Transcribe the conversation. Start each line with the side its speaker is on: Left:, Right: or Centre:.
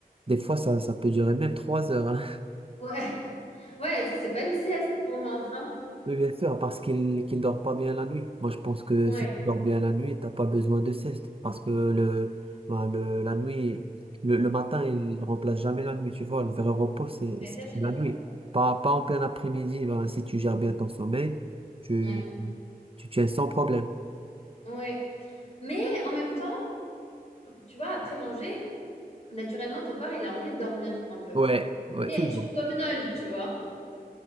Right: Des fois, ça, ça peut durer même trois heures. hein.
Left: Ouais, <laughs> ouais, ça, c'est pas une sieste pour moi. hein.
Right: Oui, bien sûr, parce qu'il qu'il dort pas bien la nuit. Moi, je pense que
Left: Ouais,
Right: si tu dors bien la nuit, t'as pas besoin de sieste. Parce que le, ben, le- la nuit, le, le matin, il remplace jamais la nuit. Tu vois, le vrai repos, c'est
Left: mais
Right: c'est-
Left: ça, je
Right: c'est
Left: suis d'accord.
Right: la nuit. Pas, pas en plein après-midi. ben, si tu gères bien ton sommeil, tu,
Left: Ouais,
Right: tu tiens sans problème.
Left: ouais. Mais en même temps, tu vois, après manger, naturellement, ton corps, il a envie de dormir un peu.
Right: Ouais, ouais,
Left: Et
Right: toujours.
Left: tu somnoles, tu vois.